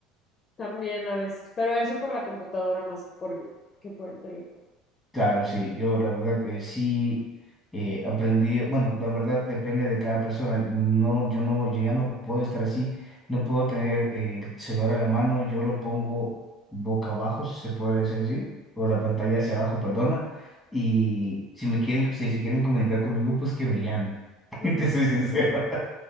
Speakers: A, on the left; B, in the centre.
A: También a veces, pero eso por la computadora más que por el- que por el teléfono.
B: Claro, sí, yo la verdad eh, sí eh, aprendí, bueno, la verdad depende de cada persona, no, yo no, yo ya no puedo estar así, no puedo tener eh, el celular a la mano, yo lo pongo boca abajo, si se puede decir así, o la pantalla hacia abajo, perdona, y si me quieren, si se quieren comunicar conmigo, pues que me llamen, <laughs>
A: Ujú,
B: te soy sincero.